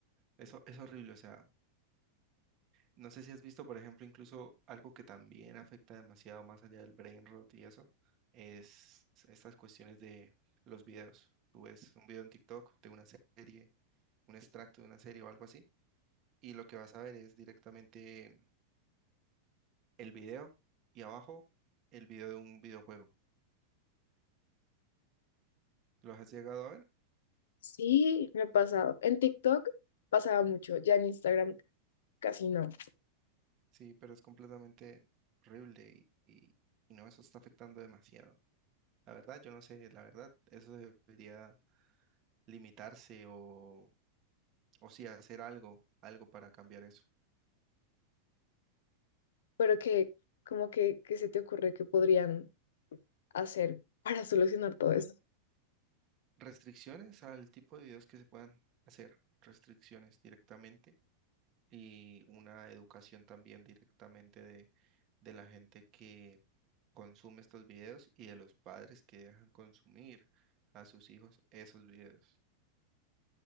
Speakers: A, on the right (about 35°); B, on the left (about 60°).
A: eso es horrible. O sea, no sé si has visto, por ejemplo, incluso algo que también afecta demasiado más allá del brain rot y eso, es estas cuestiones de los videos. Tú ves un video en TikTok de una serie, un extracto de una serie o algo así y lo que vas a ver es directamente el video y abajo el video de un videojuego. ¿Lo has llegado a ver?
B: Sí, me ha pasado. En TikTok pasaba mucho, ya en Instagram casi no,
A: Sí, pero es completamente horrible y, y- y no, eso está afectando demasiado. La verdad, yo no sé, la verdad, eso debería limitarse o, o sí, hacer algo, algo para cambiar eso.
B: pero que como que, qué se te ocurre que podrían hacer para solucionar todo eso.
A: Restricciones al tipo de videos que se puedan hacer, restricciones directamente y una educación también directamente de, de la gente que consume estos videos y de los padres que dejan consumir a sus hijos esos videos.